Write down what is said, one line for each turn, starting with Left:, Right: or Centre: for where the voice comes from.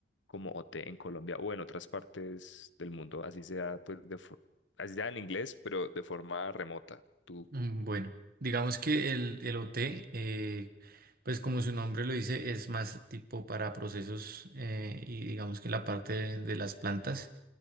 Left: como OT en Colombia o en otras partes del mundo, así sea, pues, de, for- así sea en inglés, pero de forma remota. Tú,
Right: Mm, Bueno, digamos que el, el OT, eh, pues como su nombre lo dice, es más tipo para procesos eh, y digamos que la parte de, de las plantas.